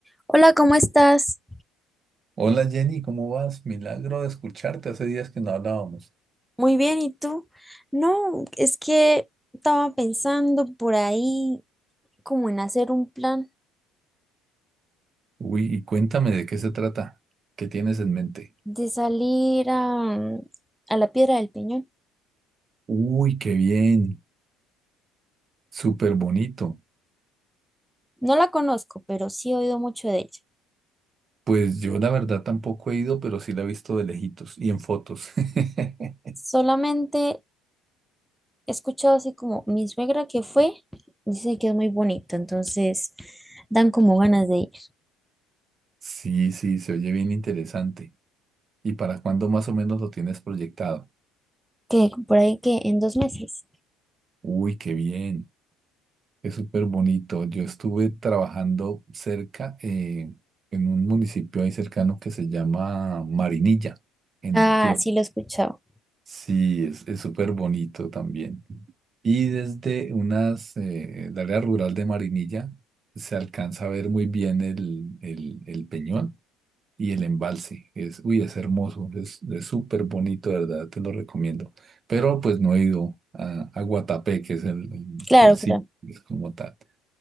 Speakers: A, in the centre; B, on the right.
A: Hola, ¿cómo estás?
B: Hola Jenny, ¿cómo vas? Milagro de escucharte, hace días que no hablábamos.
A: Muy bien, ¿y tú? No, es que estaba pensando por ahí como en hacer un plan
B: Uy, y cuéntame de qué se trata, qué tienes en mente.
A: de salir a, a la Piedra del Peñón.
B: Uy, qué bien, súper bonito.
A: No la conozco, pero sí he oído mucho de ella.
B: Pues yo la verdad tampoco he ido, pero sí la he visto de lejitos y en fotos. <laughs>
A: Solamente he escuchado así como mi suegra que fue, dice que es muy bonito, entonces dan como ganas de ir.
B: Sí, sí, se oye bien interesante. ¿Y para cuándo más o menos lo tienes proyectado?
A: Que por ahí que en dos meses.
B: Uy, qué bien. Es súper bonito. Yo estuve trabajando cerca, eh, en un municipio ahí cercano que se llama Marinilla, en
A: Ah,
B: Antioquia.
A: sí lo he escuchado.
B: Sí, es, es súper bonito también. Y desde unas, eh, el área rural de Marinilla se alcanza a ver muy bien el, el, el peñón y el embalse. Es, uy, es hermoso, es es súper bonito, de verdad, te lo recomiendo. Pero pues no he ido a, a Guatapé, que es el, el,
A: Claro,
B: el sitio,
A: claro.
B: es como tal